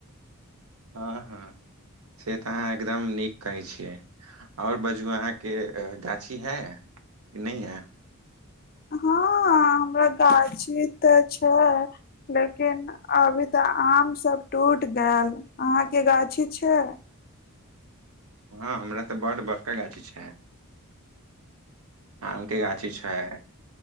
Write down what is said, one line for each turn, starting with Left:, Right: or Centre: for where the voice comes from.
Right: हँ हँ से तऽ अहाँ एकदम नीक कहै छियै आओर बाजू अहाँके गाछी है कि नै हए
Left: हँ हमरा गाछी तऽ छै लेकिन अभी तऽ आम सब टूट गेएल अहाँ के गाछी छै
Right: हँ हमरा तऽ बड्ड बड़का गाछी छै आम के गाछी छाय